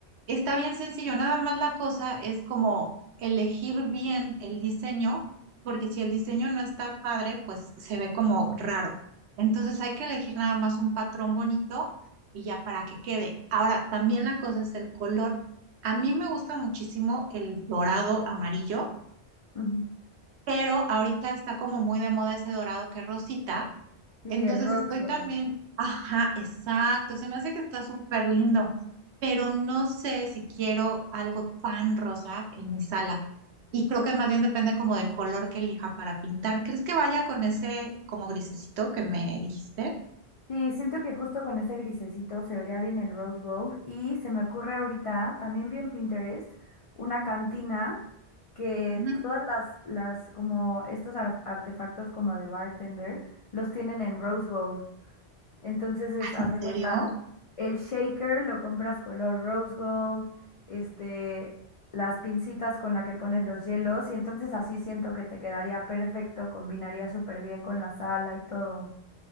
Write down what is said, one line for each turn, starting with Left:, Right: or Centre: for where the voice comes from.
Right: Está bien sencillo, nada más la cosa es como elegir bien el diseño, porque si el diseño no está padre, pues se ve como raro. Entonces hay que elegir nada más un patrón bonito y ya para que quede. Ahora, también la cosa es el color. A mí me gusta muchísimo el dorado amarillo,
Left: Ujú.
Right: pero ahorita está como muy de moda ese dorado que es rosita
Left: Sí,
Right: entonces
Left: el rose
Right: estoy
Left: gold.
Right: también, ajá, exacto, se me hace que está súper lindo, pero no sé si quiero algo tan rosa en mi sala. Y creo que más bien depende como del color que elija para pintar. ¿Crees que vaya con ese como grisecito que me dijiste?
Left: Sí, siento que justo con ese grisecito se vería bien el rose gold y se me ocurre ahorita, también bien Pinterest, una cantina que
Right: Ujú.
Left: todas las, las como estos ar- artefactos como de bartender los tienen en rose gold. Entonces, es, haz
Right: ¿En
Left: de
Right: serio?
Left: cuenta, el shaker lo compras color rose gold, este, las pincitas con la que pones los hielos y entonces así siento que te quedaría perfecto, combinaría súper bien con la sala y todo.